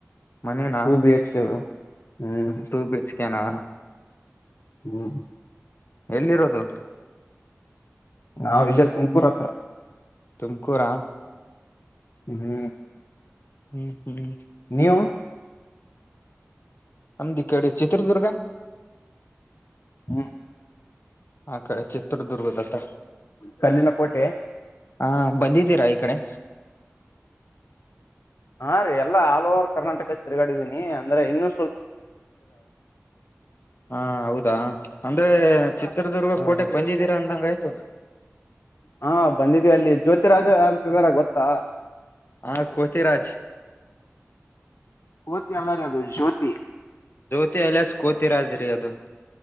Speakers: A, on the left; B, on the left.
A: ಮನೇನ
B: ಟೂ ಬಿ ಎಚ್ ಕೆ ಹ್ಮ್
A: ಟೂ ಬಿ ಹೆಚ್ ಕೆನಾ
B: ಹ್ಮ
A: ಎಲ್ಲಿರೋದು
B: ನಾವ್ ವಿಜಯ ತುಮಕೂರ್ ಹತ್ರ
A: ತುಮಕೂರ ಹಾ
B: ಹ್ಮ್
A: ಹ್ಮ್ ಹ್ಮ್
B: ನೀವು
A: ನಮ್ದಿ ಈಕಡೆ ಚಿತ್ರದುರ್ಗ
B: ಹ್ಮ್
A: ಆಕಡೆ ಚತ್ರರ್ದುರ್ಗದತ್ತ
B: ಕಲ್ಲಿನ ಕೋಟೆ
A: ಹಾ ಬಂದಿದ್ದೀರಾ ಈ ಕಡೆ
B: ಹಾ ರೀ ಎಲ್ಲಾ ಆಲ್ ಓವರ್ ಕರ್ನಾಟಕ ತಿರ್ಗಡಿದೀನಿ ಅಂದ್ರೆ ಇನ್ನು
A: ಹಾ ಹೌದಾ ಅಂದ್ರೆ ಚಿತ್ರದುರ್ಗ
B: ಹ್ಮ್
A: ಕೋಟೆಗೆ ಬಂದಿದ್ದೀರಾ ಅಂದಂಗ ಆಯ್ತು
B: ಹಾ ಬಂದಿದವಿ ಅಲ್ಲಿ ಜ್ಯೋತಿ ರಾಜ್ ಅಂತಿದಾರೇ ಗೊತ್ತಾ
A: ಹ ಕೋತಿರಾಜ್
B: ಕೋತಿ ಅಲ್ಲಲ್ರಿ ಅದು ಜ್ಯೋತಿ
A: ಕೋತಿ ಅಲಿಯಾಸ್ ಕೋತಿರ್ರಿ ಅದು